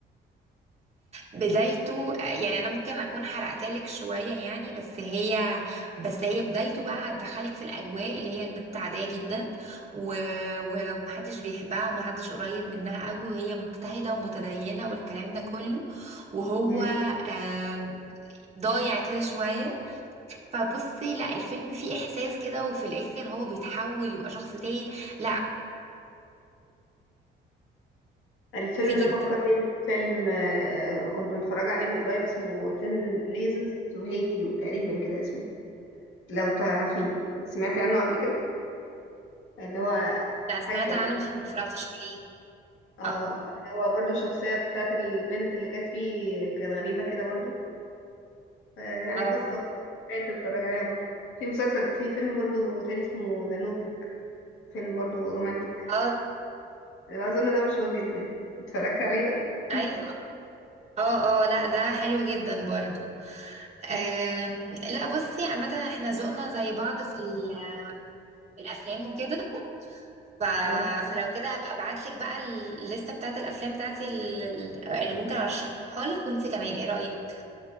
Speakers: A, on the right (about 35°); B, on the left (about 80°).
A: بدايته آه، يعني انا ممكن اكون حرقت لك شويه يعني بس هي بس هي بدايته بقى هتدخلك في الاجواء اللي هي البنت عاديه جدا و... و- ومحدش بيحبها ومحدش قريب منها قوي وهي مجتهده ومتدينه والكلام ده كله وهو
B: أمم.
A: آه ضايع كده شويه فبصي لا الفيلم فيه احساس كده وفي الاخر هو بيتحول يبقى شخص تاني لا
B: الفيلم
A: بصي جدا
B: ده فكرني بفيلم آه، كنت متفرجة عليه من قريب اسمه 10 reasons to hate you تقريبا كده اسمه لو تعرفيه سمعتي عنه قبل كده اللي هو
A: لا سمعت
B: حاجة كده
A: عنه بس متفرجتش عليه
B: اه
A: اه
B: هو برضو الشخصية بتاعت البنت اللي كانت فيه كانت غريبة كده برضو آه، يعني
A: اه
B: قصة تقدر تتفرج عليها برضو في مسلسل في فيلم برضو تاني اسمه ذا نوت بوك فيلم برضو رومانتك
A: اه
B: اظن ده مشهور جدا اتفرجت عليه ده <laughs>
A: ايوه اه اه لا ده حلو جدا برضو
B: اه
A: أم لا بصي عامة احنا ذوقنا زي بعض في ال- في الافلام وكده ف...
B: آه.
A: فلو كده هبقى ابعتلك بقى الليستة بتاعت الافلام بتاعتي ال- اللي ممكن ارشحها لك وانتي كمان ايه رأيك